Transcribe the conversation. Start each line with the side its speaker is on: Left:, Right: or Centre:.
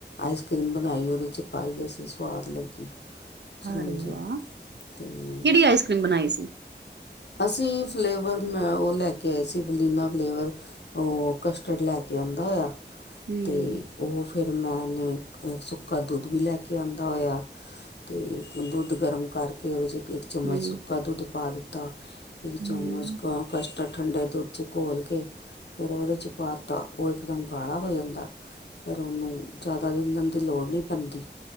Left: ਆਈਸ ਕ੍ਰੀਮ ਬਣਾਈ ਏ ਓਦੇ 'ਚ ਪਾਈ ਅਸੀਂ ਸਵਾਦ ਲੱਗੀ। ਚਰੋਂਜੀ
Right: ਅਰੇ ਵਾਹ,
Left: ਅਤੇ
Right: ਕੇੜੀ ਆਈਸ ਕਰੀਮ ਬਣਾਈ ਸੀ?
Left: ਅਸੀਂ ਫਲੇਵਰ ਮੈਂ ਓ ਲੈ ਕੇ ਆਏ ਸੀ ਵਲੀਨਾ ਫਲੇਵਰ। ਓ ਕਸਟਰਡ ਲੈ ਕੇ ਆਂਦਾ ਹੋਇਆ
Right: ਹਮ
Left: ਤੇ ਓ ਫੇਰ ਮੈਂ ਨੇ ਸੁੱਕਾ ਦੁੱਧ ਵੀ ਲੈ ਕੇ ਆਂਦਾ ਹੋਇਆ। ਤੇ ਹੁਣ ਦੁੱਧ ਗਰਮ ਕਰਕੇ ਓਦੇ 'ਚ ਇੱਕ ਚਮੱਚ
Right: ਹਮ
Left: ਸੁੱਕਾ ਦੁੱਧ ਪਾ ਦਿੱਤਾ ਇੱਕ
Right: ਹਮ
Left: ਚਮੱਚ ਕਸਟਰਡ ਠੰਡੇ ਦੁੱਧ ਚ ਘੋਲ ਕੇ ਫੇਰ ਓਹਦੇ ਚ ਪਾਤਾ ਓ ਇਕਦਮ ਗਾੜਾ ਹੋ ਜਾਂਦਾ। ਫੇਰ ਓਨੂੰ ਜ਼ਿਆਦਾ ਰੀਨਣ ਦੀ ਲੋੜ ਨੀ ਪੈਂਦੀ।